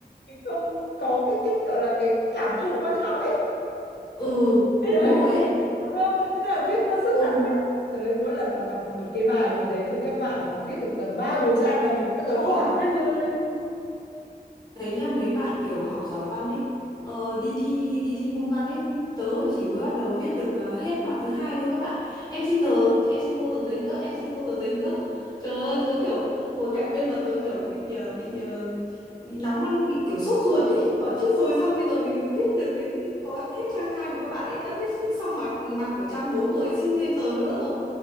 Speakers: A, on the left; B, on the left.
A: mình không có cái cái gọi là cái cảm thụ văn học ấy
B: ờ,
A: Thế
B: đúng
A: đấy
B: rồi ấy.
A: đúng không thế là viết nó rất
B: Ừ,
A: là ngắn trời ơi, mỗi lần mà gặp một cái bài gì đấy thì các bạn mà viết được tầm ba bốn trang là mình bắt đầu hoảng lên rồi
B: Thấy nhá mấy bạn kiểu học giỏi văn ấy ờ, đi thi đi thi môn văn ấy tớ chỉ mới bắt đầu viết được ờ, hết mặt thứ hai thôi các bạn em xin tờ em xin cô tờ giấy nữa em xin cô tờ giấy nữa trời ơi tớ kiểu ngồi cạnh bên mà tớ kiểu bị ờ, bị ờ, bị nóng lên, bị kiểu sốt ruột ý bảo chết rồi sao bây giờ mình mới viết được đến có hết trang hai mà các bạn ấy đã viết hết xong mặt mặt của trang 4 rồi xin thêm tờ nữa rồi